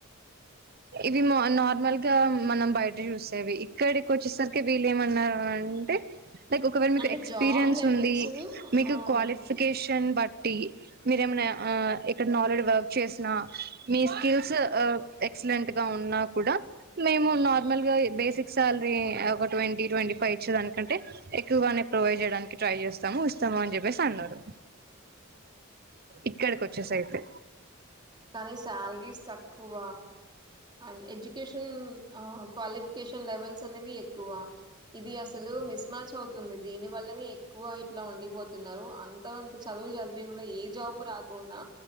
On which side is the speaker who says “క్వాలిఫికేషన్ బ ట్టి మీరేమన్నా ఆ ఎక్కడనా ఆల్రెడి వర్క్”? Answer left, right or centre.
Right